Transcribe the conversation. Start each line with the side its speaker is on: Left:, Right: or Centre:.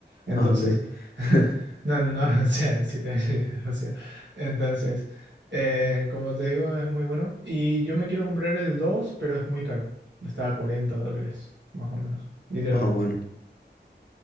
Right: Entonces,
Left: Ah, ok.
Right: <laughs>
Left: <laughs>
Right: no, no, no, <laughs> o sea, siete años ya es demasiado. Entonces, eh, como te digo, es muy bueno. Y yo me quiero comprar el 2 pero es muy caro. Está a 40 dólares, más o menos, literalmente.
Left: Ah, bueno.